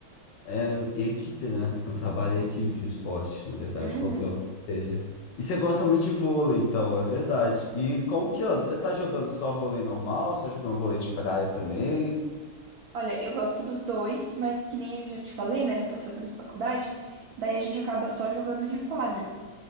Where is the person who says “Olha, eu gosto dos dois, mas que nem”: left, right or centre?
Right